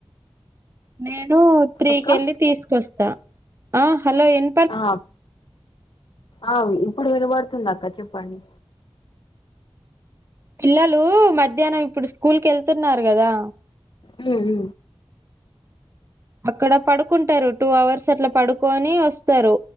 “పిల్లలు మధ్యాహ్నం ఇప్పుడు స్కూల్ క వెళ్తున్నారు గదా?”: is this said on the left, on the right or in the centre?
Right